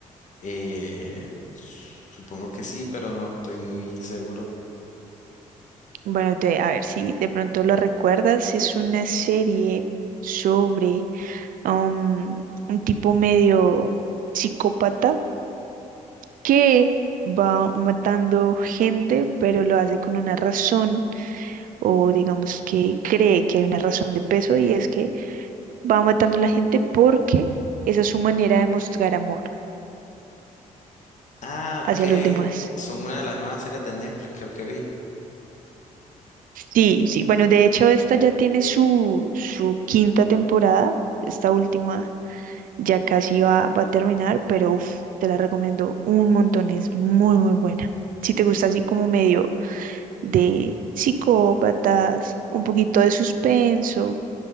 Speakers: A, on the left; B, on the right.
A: Eh, supongo que sí, pero no estoy muy seguro.
B: Bueno, te, a ver si de pronto lo recuerdas. Es una serie sobre um, un tipo medio psicópata que va matando gente, pero lo hace con una razón, o digamos que cree que hay una razón de peso, y es que va matando a la gente porque esa es su manera de mostrar amor
A: Ah,
B: hacia
A: ok.
B: los demás.
A: Son una de las nuevas series de Netflix, creo que vi.
B: Sí, sí, bueno, de hecho esta ya tiene su, su quinta temporada, esta última ya casi va, va a terminar, pero uf, te la recomiendo un montón, es muy, muy buena si te gusta así como medio de psicópatas, un poquito de suspenso,